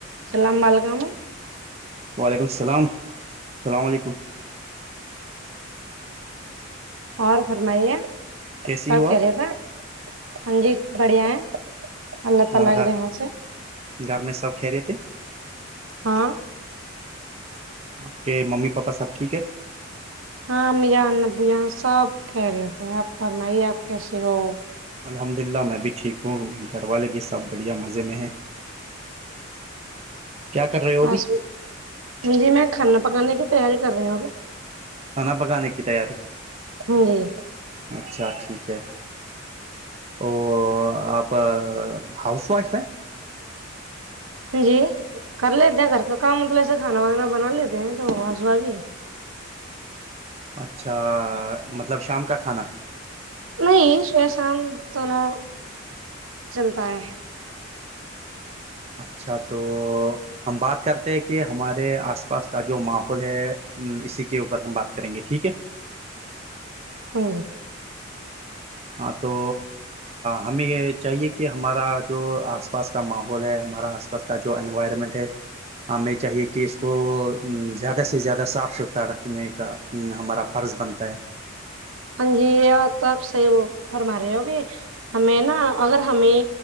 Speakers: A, on the right (about 80°); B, on the right (about 30°).
A: السلام علیکم
B: وعلیکم السلام السلام علیکم
A: اور فرمائیے
B: کیسی
A: سب
B: ہو
A: خیرت ہے ہاں جی بڑھیا ہے اللہ تعالی
B: آپ
A: کے رحم سے
B: گھر میں سب کہہ رہے تھے
A: ہاں
B: آپ کے ممی پاپا سب ٹھیک ہے
A: ہاں امی جان آبو جان سب خیریت ہے آپ فرمائیے آپ کیسے ہو
B: الحمد للہ میں بھی ٹھیک ہوں گھر والے بھی سب بڑھیا مزے میں ہیں کیا کر رہے ہو
A: بس
B: ابھی
A: جی میں کھانا پکانے کی تیاری کر رہی ہوں ابھی
B: کھانا پکانے کی تیاری
A: جی
B: اچھا ٹھیک ہے او آپ ہاؤس وائف ہے
A: جی کر لیتے ہیں گھر کا کام مطلب ایسے کھانا وانا بنا لیتے ہیں تو صبح بھی
B: اچھا مطلب شام کا کھانا
A: نہیں صبح شام دونوں چلتا ہے
B: اچھا تو ہم بات کرتے ہیں کہ ہمارے آس پاس کا جو ماحول ہے اسی کے اوپر ہم بات کریں گے ٹھیک ہے
A: تو
B: ہاں تو ہمیں یہ چاہیے کہ ہمارا جو آس پاس کا ماحول ہے ہمارا آس وستا جو انوائرمنٹ ہے ہمیں چاہیے کہ اس کو زیادہ سے زیادہ صاف ستھرا رکھنے کا ہمارا فرض بنتا ہے
A: ہاں جی یہ بات تو آپ صحیح فرما رہے ہو ابھی ہمیں نا اگر ہمیں